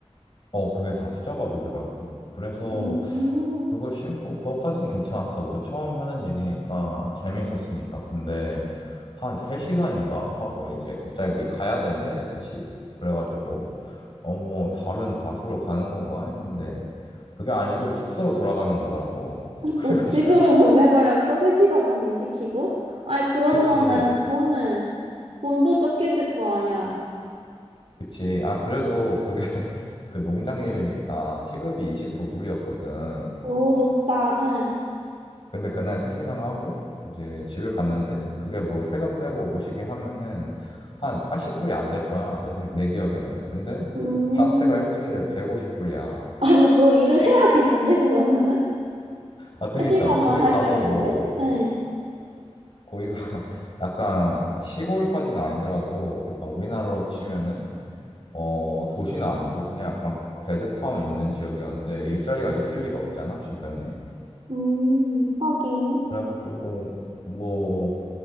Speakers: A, on the left; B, on the right.
A: 어, 그게 다 수작업이더라고. 그래서
B: 음,
A: 그걸 심고 그것까지는 괜찮았어. 뭐 처음 하는 일이니까 재밌었으니까. 근데 한 3시간인가 하고 이제 갑자기 가야 된대, 다시. 그래가지고 어, 뭐 다른 밭으로 가는 건가 했는데 그게 아니고 숙소로 돌아가는 거더라고. <laughs> 그래가지고
B: 너 집으로 <laughs> 보내버렸어? 3시간만 일시키고? 아니, 그러면은
A: 그치,
B: 돈은, 돈도 적게 줄 거 아니야.
A: 그치. 아, 그래도 그게 <laughs> 그 농장 일이니까 시급이 29불이었거든.
B: 오, 높다. 응.
A: 근데 그날 3시간 하고 이제 집에 갔는데 그게 뭐 세금 떼고 뭐 시기 하면은 한 80불이 안 될 거야. 내, 생- 내 기억에는. 근데
B: 음.
A: 방세가 일주일에 150불이야.
B: 아니, 더 일을 <laughs> 해야겠는데, 그러면은?
A: 아, 그러니까
B: 세 시간만
A: 거기
B: 할
A: 가서
B: 게 아닌데?
A: 뭐
B: 응.
A: 거기가 <laughs> 약간 시골까지는 아니더라도 약간 우리나라로 치면은 어, 도시는 아니고 그냥 약간 배드타운 있는 지역이었는데 일자리가 있을 리가 없잖아, 주변에.
B: 음, 하긴.
A: 그래가지고 뭐